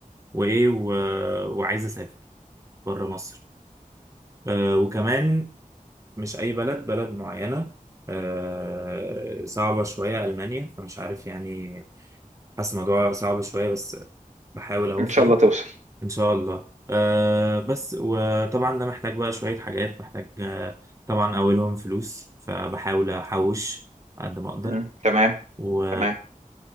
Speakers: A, on the right; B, on the right.
A: وايه و... وعايز اسافر بره مصر آه، وكمان مش أي بلد بلد معينة آه، صعبة شوية ألمانيا فمش عارف يعني حاسس الموضوع صعب شوية بس بحاول أهو
B: إن
A: فيه
B: شاء الله توصل
A: إن شاء الله آه، بس وطبعا ده محتاج بقى شوية حاجات محتاج آه، طبعا أولهم فلوس فبحاول أحوش قد ما أقدر
B: مم. تمام
A: و-
B: تمام